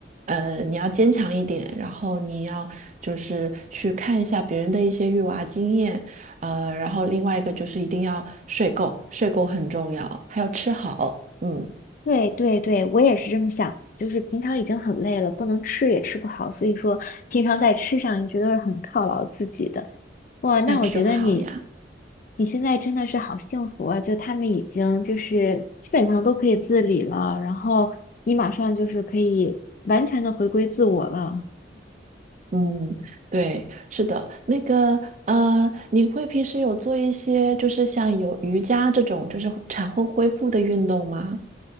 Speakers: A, on the right; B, on the left.
A: 呃，你要坚强一点，然后你要就是去看一下别人的一些育娃经验，呃，然后另外一个就是一定要睡够，睡够很重要，还要吃好，嗯，
B: 对对对，我也是这么想，就是平常已经很累了，不能吃也吃不好，所以说平常在吃上你觉得是很犒劳自己的。哇，那我觉得你，
A: 那就好呀。
B: 你现在真的是好幸福啊！就他们已经就是基本上都可以自理了，然后你马上就是可以完全的回归自我了。
A: 嗯，对，是的，那个，呃，你会平时有做一些就是像有瑜伽这种就是产后恢复的运动吗？